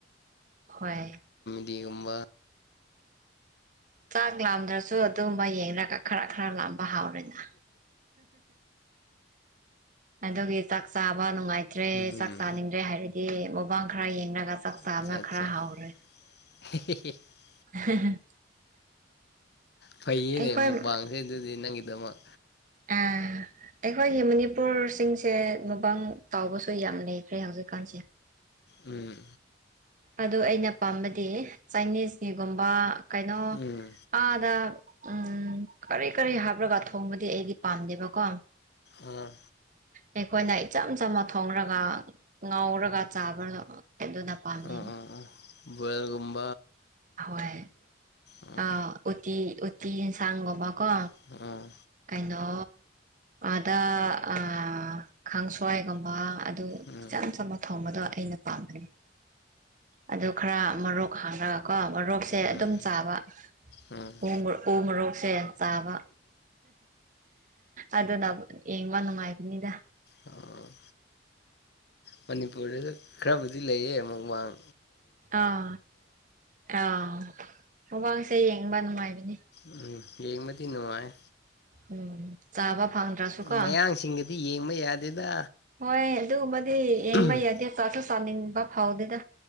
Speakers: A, on the right (about 45°); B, on the left (about 60°).
A: ꯍꯣꯏ
B: ꯑꯗꯨꯒꯒꯨꯝꯕ
A: ꯆꯥꯛ ꯂꯥꯝꯗ꯭ꯔꯁꯨ ꯑꯗꯨꯒꯨꯝꯕ ꯌꯦꯡꯅꯒ ꯈꯔ ꯈꯔ ꯂꯥ ꯍꯥꯎꯔꯦꯅ ꯑꯗꯨꯒꯤ ꯆꯥꯛ ꯆꯥꯕ ꯅꯨꯡꯉꯥꯏ ꯆꯗ꯭ꯔꯦ
B: ꯎꯝ
A: ꯆꯥꯛ ꯆꯥꯅꯤꯡꯗ꯭ꯔꯦ ꯍꯥꯏꯔꯗꯤ ꯃꯨꯕꯥꯥꯡ ꯈꯔ ꯌꯦꯡꯂꯡꯒ ꯆꯥꯛ ꯆꯥꯅ
B: ꯑꯠꯆꯥ ꯑꯠꯆꯥ
A: ꯈꯔ ꯍꯥꯎꯔꯦ
B: <unintelligible>
A: <unintelligible>
B: ꯐꯩꯌꯦꯅꯦ
A: ꯑꯩꯈꯣꯏ
B: ꯑꯃꯨꯛ ꯄꯡꯁꯦ ꯑꯗꯨꯗꯤ ꯅꯪꯒꯤꯗꯃꯛ
A: ꯑꯥ ꯑꯩꯈꯣꯏꯒꯤ ꯃꯅꯤꯄꯨꯔꯁꯤꯡꯁꯦ ꯃꯕꯥꯥꯡ ꯇꯥꯎꯕꯁꯨ ꯌꯥꯝ ꯂꯩꯈ꯭ꯔꯦ ꯍꯧꯖꯤꯛꯀꯥꯟꯁꯦ
B: ꯎꯝ
A: ꯑꯗꯨ ꯑꯩꯅ ꯄꯥꯝꯕꯗꯤ ꯆꯥꯏꯅꯤꯁꯀꯤꯒꯨꯝꯕ ꯀꯩꯅꯣ
B: ꯎꯝ
A: ꯑꯗ ꯎꯝ ꯀꯔꯤ ꯀꯔꯤ ꯍꯥꯞꯂꯒ ꯊꯣꯡꯕꯗꯤ ꯑꯩꯗꯤ ꯄꯥꯝꯗꯦꯕꯀꯣ
B: ꯑꯥ
A: ꯑꯩꯈꯣꯏꯅ ꯏꯆꯝ ꯆꯝꯝꯕ ꯊꯣꯡꯔꯒ ꯉꯥꯎꯔꯒ ꯆꯥꯕ ꯑꯗꯨꯅ ꯄꯥꯝꯃꯤ
B: ꯑ ꯑꯥ ꯑꯒꯨꯝ
A: ꯍꯣꯏ
B: ꯑꯥ
A: ꯑ ꯎꯇ ꯑꯇ ꯆꯥꯡꯒꯃ ꯀ
B: ꯑꯥ ꯑꯥ
A: ꯀꯥꯏꯩꯅꯣ ꯑꯗ ꯑ ꯈꯥꯡꯁ꯭ꯋꯥꯏꯒꯨꯝꯕ ꯑꯗꯨ
B: ꯎꯝ
A: ꯏꯆꯝ ꯆꯝꯕ ꯊꯣꯡꯕꯗꯣ ꯑꯩꯅ ꯄꯥꯝꯕꯅꯦ ꯑꯗꯨ ꯈꯔ ꯃꯔꯣꯛ ꯍꯥꯡꯉꯒꯀꯣ ꯃꯔꯣꯛꯁꯦ
B: ꯎꯝ
A: ꯑꯗꯨꯝ ꯆꯥꯕ
B: ꯎꯝ
A: ꯎ ꯎ ꯃꯣꯔꯣꯛꯁꯦ ꯆꯥꯕ ꯑꯗꯨꯅ ꯌꯦꯡꯕ ꯅꯨꯡꯉꯥꯏꯕꯅꯤꯗ
B: ꯑꯣ ꯃꯅꯤꯄꯨꯔꯗꯁꯨ ꯈꯔꯕꯨꯗꯤ ꯂꯩꯌꯦ ꯑꯃꯨꯛ ꯋꯥꯡ
A: ꯑꯥ ꯑꯥ ꯃꯃꯡꯁꯦ ꯌꯦꯡꯕ ꯅꯨꯡꯉꯥꯏꯕꯅꯤ
B: ꯎꯝ ꯌꯦꯃꯗꯤ ꯅꯅꯨꯡꯉꯥꯏ
A: ꯎꯝ ꯆꯥꯕ ꯐꯪꯗ꯭ꯔꯁꯨꯀꯣ
B: ꯃꯌꯥꯡꯁꯤꯡꯒꯗꯤ ꯌꯦꯡꯕ ꯌꯥꯗꯦꯗ
A: ꯍꯣꯏ ꯑꯗꯨꯒꯨꯝꯕꯗꯤ ꯌꯦꯡꯕ
B: ꯎꯝ
A: ꯌꯥꯗꯦ ꯆꯥꯁꯨ ꯆꯥꯅꯤꯡꯕ ꯐꯥꯎꯗꯦꯗ